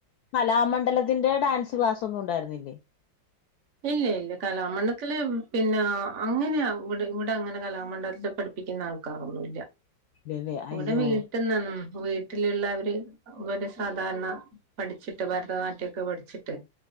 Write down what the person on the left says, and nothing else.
കലാമണ്ഡലത്തിന്റെ ഡാൻസ് ക്ലാസ് ഒന്നും ഉണ്ടായിരുന്നില്ലേ
ഇല്ലല്ലേ!
അയ്യോ!